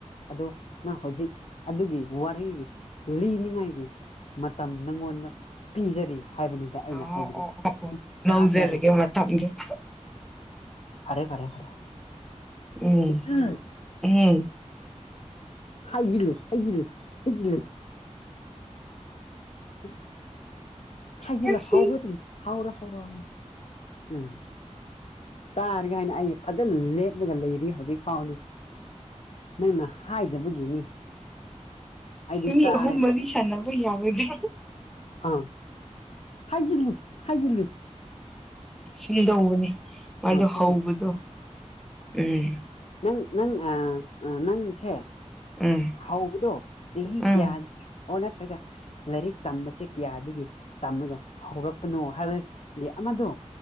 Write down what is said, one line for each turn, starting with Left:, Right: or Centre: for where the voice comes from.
Left: ꯑꯗꯣ ꯅꯪ ꯍꯧꯖꯤꯛ ꯑꯗꯨꯒꯤ ꯋꯥꯔꯤ ꯂꯤꯅꯤꯡꯉꯥꯏꯒꯤ ꯃꯇꯝ ꯅꯪꯉꯣꯟꯗ ꯄꯤꯖꯔꯤ ꯍꯥꯏꯕꯅꯤꯗ ꯑꯩꯅ
Centre: ꯑꯣ
Left: ꯍꯥꯏꯕꯗꯤ
Centre: ꯑꯣ ꯑꯣ ꯑꯣ ꯂꯧꯖꯔꯒꯦ
Left: ꯇꯥꯖꯔꯒꯦ
Centre: ꯃꯇꯝꯒꯤ
Left: ꯐꯔꯦ ꯐꯔꯦ ꯐꯔꯦ
Centre: ꯎꯝ
Left: ꯎꯝ
Centre: ꯎꯝ
Left: ꯍꯖꯂꯨ ꯍꯖꯂꯨ ꯍꯖꯨ <unintelligible> ꯍꯖꯤꯂ
Centre: ꯑꯁ
Left: ꯍꯥꯎꯕ꯭ꯔ ꯑꯗꯨ ꯍꯥꯎꯔ ꯍꯥꯎꯔ ꯍꯥꯎ ꯎꯝ ꯇꯥꯔꯒ ꯍꯥꯏꯅ ꯑꯩ ꯐꯖꯅ ꯂꯦꯞꯂꯒ ꯂꯩꯔꯤ ꯍꯧꯖꯤꯛ ꯐꯥꯎꯗꯤ ꯅꯪꯅ ꯍꯥꯏꯗꯕꯒꯤꯅꯤ ꯑꯩꯗꯤ
Centre: ꯃꯤ
Left: ꯇꯥꯔꯦ
Centre: ꯑꯍꯨꯝ ꯃꯔꯤ ꯁꯥꯟꯅꯕ ꯌꯥꯔꯣꯏꯗ꯭ꯔꯥ
Left: ꯑꯥ ꯍꯥꯏꯒꯂꯨ ꯍꯥꯏꯒꯂꯨ
Centre: ꯍꯨꯝꯗꯧꯕꯅꯤ ꯃꯥꯗꯣ
Left: ꯁꯣꯝꯅ
Centre: ꯍꯧꯕꯗꯣ ꯎꯝ
Left: ꯅꯪ ꯅꯪ ꯅꯪꯁꯦ
Centre: ꯎꯝ
Left: ꯍꯧꯕꯗꯣ ꯆꯍꯤ
Centre: ꯎꯝ
Left: ꯀꯌꯥꯗ ꯑꯣꯔ ꯅꯠꯇ꯭ꯔꯒ ꯂꯥꯏꯔꯤꯛ ꯇꯝꯕꯁꯦ ꯀꯌꯥꯗꯒꯤ ꯇꯝꯃꯒ ꯍꯧꯔꯛꯄꯅꯣ ꯍꯥꯏꯕꯒꯤ ꯃꯗꯣ